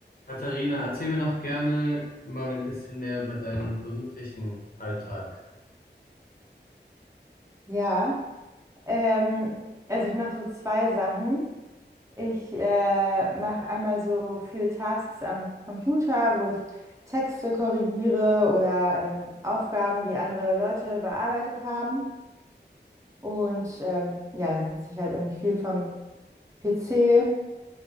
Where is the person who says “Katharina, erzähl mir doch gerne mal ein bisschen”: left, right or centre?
Left